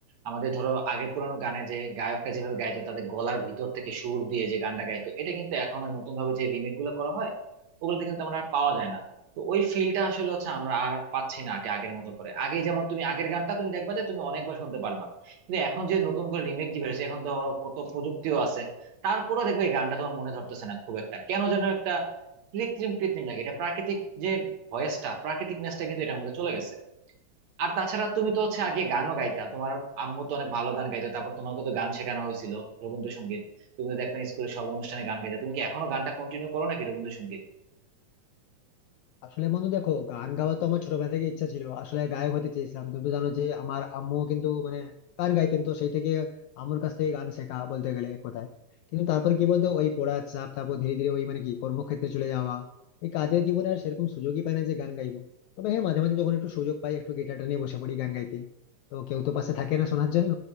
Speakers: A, on the right (about 65°); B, on the left (about 85°).
A: আমাদের ধরো আগের পুরোনো গানে যে গায়কটা যেভাবে গাইতো তাদের গলার ভিতর থেকে সুর দিয়ে যে গানটা গাইতো এটা কিন্তু এখন আর নতুন ভাবে যে রিমেক গুলো করা হয় ওগুলোতে কিন্তু আমরা আর পাওয়া যায় না তো ওই ফিলটা আসলে হচ্ছে আমরা আর পাচ্ছি না আর কি আগের মতো করে আগে যেমন তুমি আগের গানটা তুমি দেখবা যে তুমি অনেকবার শুনতে পারবা কিন্তু এখন যে নতুন করে রিমেক যে বেরোছে এখন ধরো কত প্রযুক্তিও আছে তারপরেও দেখবে এই গানটা তোমার মনে ধরতেছে না খুব একটা কেন যেন একটা কৃত্রিম কৃত্রিম লাগে এটা প্রাকৃতিক যে ভয়েসটা প্রাকৃতিক নেসটা কিন্তু এটার মধ্যে চলে গেছে আর তাছাড়া তুমি তো হচ্ছে আগে গানও গাইতা তোমার আম্মু তো অনেক ভালো গান গাইতো তারপর তোমাকে তো গান শেখানো হয়েছিল রবীন্দ্রসঙ্গীত তুমি তো দেখতাম স্কুলে সব অনুষ্ঠানে গান গাইতে তুমি কি এখনো গানটা কন্টিনিউ করো নাকি রবীন্দ্রসঙ্গীত
B: আসলে বন্ধু দেখো গান গাওয়া তো আমার ছোটবেলা থেকে ইচ্ছা ছিল আসলে গায়ক হতে চেয়েছিলাম তুমি তো জানো যে আমার আম্মু কিন্তু মানে গান গাইতেন তো সেই থেকে আম্মুর কাছ থেকে গান শেখা বলতে গেলে কোথায় কিন্তু তারপর কি বলতো ওই পড়ার চাপ তারপর ধীরে ধীরে ওই মানে কি কর্মক্ষেত্রে চলে যাওয়া এই কাজের জীবনে আর সেরকম সুযোগই পাই না যে গান গাইবো তবে হ্যাঁ মাঝে মাঝে যখন একটু সুযোগ পাই একটু গিটারটা নিয়ে বসে পড়ি গান গাইতে তো কেউ তো পাশে থাকে না শোনার জন্য